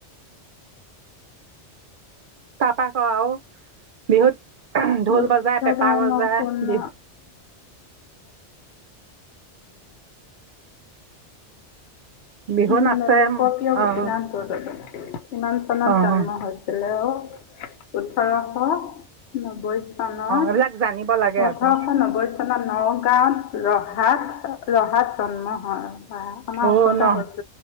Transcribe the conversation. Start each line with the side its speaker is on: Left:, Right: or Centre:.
Right: তাৰপৰা আকৌ আৰু বিহুত ঢোল
Left: বৌদ্ধ
Right: বজায়, পেঁপা
Left: ধৰ্ম
Right: বজায়,
Left: পূৰ্ণ
Right: বিহু- বিহু
Left: কি
Right: নাচে
Left: মানে, লোকপ্ৰিয়
Right: অঁ
Left: গোপীনাথ বৰদলৈ। কিমান চনত
Right: অঁ
Left: জন্ম
Right: অঁ
Left: হৈছিলেও? ওঠৰশ নব্বৈ চনত,
Right: এইবিলাক জানিব লাগে
Left: ওঠৰশ
Right: আকৌ
Left: নব্বৈ নগাঁওত' ৰহাত, ৰহাত জন্ম হয়। বা' আমাৰ
Right: অঁ
Left: ওচৰতে
Right: ন
Left: হৈছৈ।